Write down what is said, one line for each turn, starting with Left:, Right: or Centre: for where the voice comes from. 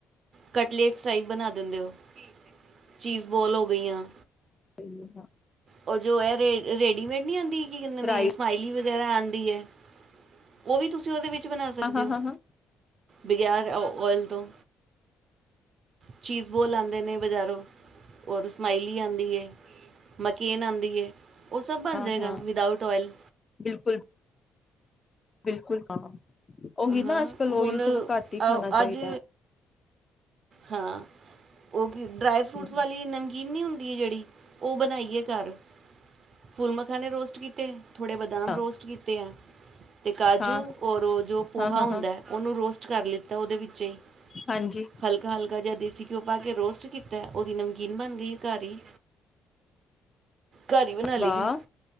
Right: ਕਟਲੇਟਸ ਟਾਈਪ ਬਣਾ ਦਿੰਦੇ ਹੋ, ਚੀਜ਼ ਬੋਲ ਹੋ ਗਈਆਂ
Left: ਸਹੀ ਹਾਂ
Right: ਉਹ ਜੋ ਹੈ ਰੇ ਰੇਡੀਮੇਡ ਨਹੀਂ ਆਉਂਦੀ? ਕੀ ਕਿਹਂਦੇ ਦੇ ਨੇ
Left: ਰਾਈਸ
Right: ਸਮਲੀ ਵਗੈਰਾ ਆਉਂਦੀ ਹੈ, ਉਹ ਵੀ ਤੁਸੀਂ ਉਹਦੇ ਵਿੱਚ ਕੁ ਬਣਾ ਸਕਦੇ
Left: ਹਾਂ ਹਾਂ
Right: ਹੋ
Left: ਹਾਂ ਹਾਂ
Right: ਬਗੈਰ ਓਇਲ ਤੋਂ ਚੀਜ਼ ਬੋਲ, ਆਉਂਦੇ ਨੇ ਬਜ਼ਾਰੋਂ ਔਰ ਰ ਸਮਮਾਈਲੀ, ਆਉਂਦੀ ਹੈ ਮਕੀਨ, ਆਉਂਦੀ ਹੈ ਉਹ ਸਭ ਬਣ
Left: ਹਾਂ
Right: ਜਾਏਗਾ
Left: ਹਾਂ
Right: ਵਿਦਊਟ ਓਇਲ
Left: ਬਿਲਕੁਲ ਬਿਲਕੁਲ ਕੰਮ ਉਹੀ
Right: ਹਾਂ
Left: ਨਾ ਅੱਜ ਕਲ ਓਇਲ
Right: ਹੁਣ
Left: ਸਗੋਂ ਘੱਟ ਹੀ ਖਾਣਾ
Right: ਅ
Left: ਚਾਹੀਦਾ
Right: ਅੱਜ
Left: ਹੈ।
Right: ਹਾਂ। ਉਹ ਕੀ ਡਰਾਈ ਫਰੂਟਸ
Left: ਹਮ
Right: ਵਾਲੀ ਨਮਕੀਨ ਨਹੀਂ ਹੁੰਦੀ ਹੋਦੀ ਜਿਹੜੀ ਉਹ ਬਣਾਈਏ ਘਰ ਫੁੱਲ ਮਖਾਣੇ ਰੋਸਟ ਕੀਤੇ ਥੋੜ੍ਹੇ ਬਦਾਮ
Left: ਹਾਂ
Right: ਰੋਸਟ ਕੀਤੇ ਹੈ ਤੇ ਕਾਜੂ
Left: ਹਾਂ
Right: ਔਰ, ਜੋ ਪੋਹਾ,
Left: ਹਾਂ ਹਾਂ
Right: ਹੁੰਦਾ
Left: ਹਾਂ
Right: ਹੈ ਉਹਨੂੰ ਰੋਸ ਕਰ ਲਿੱਤਾ ਉਹਦੇ ਵਿੱਚ ਹੀ
Left: ਹਾਂਜੀ
Right: ਹਲਕਾ, ਹਲਕਾ ਜਿਹਾ ਦੇਸੀ ਘਿਓ ਪਾ ਕੇ ਰੋਸਟ ਕੀਤਾ ਉਹਦੀ ਨਮਕੀਨ ਬਣ ਗਈ ਹੈ ਘਰ ਹੀ ਘਰ ਹੀ ਬਣਾ ਲਈ
Left: ਵਾਹ।
Right: ਹੈ